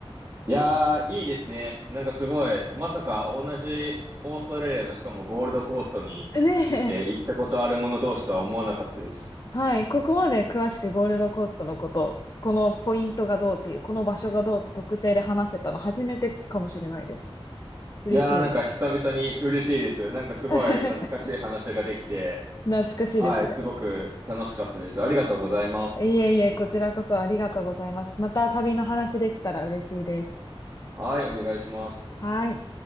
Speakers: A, on the right (about 35°); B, on the left (about 40°).
A: いやー、いいですね。なんかすごい、まさか同じオーストラリアのしかもゴールドコーストに、
B: ねえ。
A: えー行ったことある者同士とは思わなかったです。
B: はい。ここまで詳しくゴールドコーストのこと、このポイントがどうっていう、この場所がどうって特定で話せたの初めてかもしれないです。嬉しいです。
A: いやー、なんか久々に嬉しいです。なんかすごい懐かしい話ができて、
B: <laughs> 懐かしいですね。
A: はい、すごく楽しかったです。ありがとうございます。
B: いえいえ、こちらこそありがとうございます。また旅の話できたら嬉しいです。
A: はい、お願いします。
B: はい。